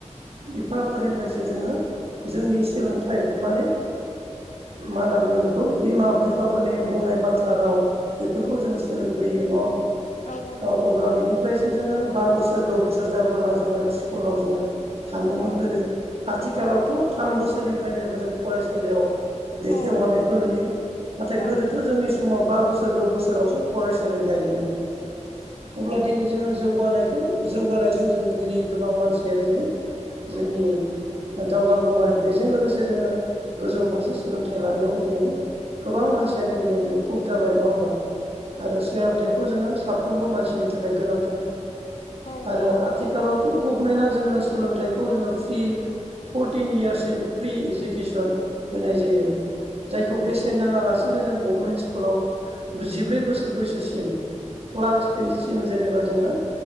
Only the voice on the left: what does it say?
औ
औ
औ
औ
औ
औ औ
औ